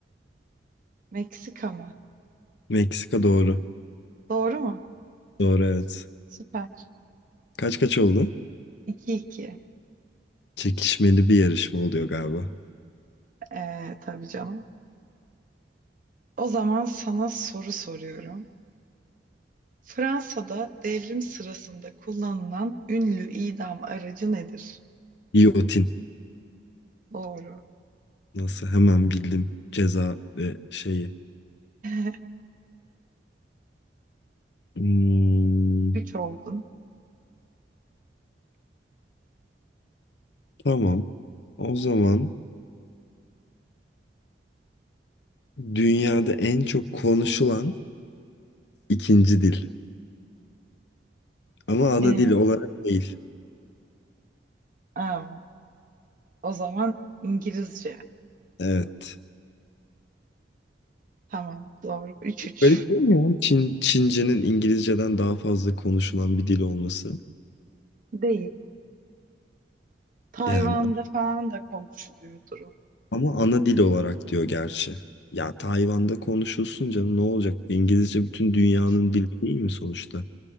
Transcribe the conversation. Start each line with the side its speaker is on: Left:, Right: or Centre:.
Right: Meksika mı?
Left: Meksika doğru.
Right: Doğru mu?
Left: Doğru evet.
Right: Süper.
Left: Kaç kaç oldu?
Right: iki iki
Left: Çekişmeli bir yarışma oluyor galiba.
Right: Ee, tabii canım. O zaman sana soru soruyorum. Fransa'da devrim sırasında kullanılan ünlü idam aracı nedir?
Left: Giyotin.
Right: Doğru.
Left: Nasıl hemen bildim ceza ve şeyi.
Right: <laughs>
Left: Hmm,
Right: üç oldun.
Left: tamam. O zaman dünyada en çok konuşulan ikinci dil. Ama ana
Right: Ee,
Left: dil olarak değil.
Right: aa. O zaman İngilizce.
Left: Evet.
Right: Tamam doğru. 3-3.
Left: Garip değil mi ya? Çin, Çince'nin İngilizce'den daha fazla konuşulan bir dil olması.
Right: Değil. Tayvan'da
Left: Yani
Right: falan da konuşuluyordur o.
Left: ama ana dil olarak diyor gerçi. Ya Tayvan'da konuşulsun canım ne olacak? İngilizce bütün dünyanın
Right: İşte
Left: dili değil mi sonuçta?